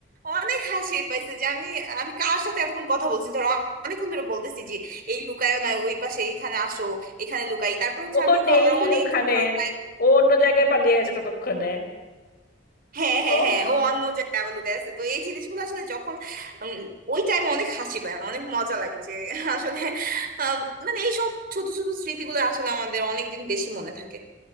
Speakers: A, on the right; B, on the left.
A: অনেক হাসি পাইছে যে আমি আমি কার সাথে এতক্ষণ কথা বলছি ধর অনেকক্ষণ ধরে বলতেছি যে এই লুকায়ও না ওই পাশে এইখানে আসো এখানে লুকাই তারপর হচ্ছে
B: ওখন
A: আমি ধর
B: নেই
A: অনেকক্ষণ
B: ওখানে
A: ধরো প্রায়
B: ও অন্য জায়গায় পালিয়ে গেছে ততক্ষণে
A: হ্যাঁ হ্যাঁ
B: ও
A: হ্যাঁ
B: মা।
A: ও অন্য জায়গায় আবার লুকিয়ে আছে তো এই জিনিসগুলো আসলে যখন উম, ওই টাইমে অনেক হাসি পায় অনেক মজা লাগে যে <laughs> আসলে আম, মানে এইসব ছোট ছোট স্মৃতিগুলো আসলে আমাদের অনেকদিন বেশি মনে থাকে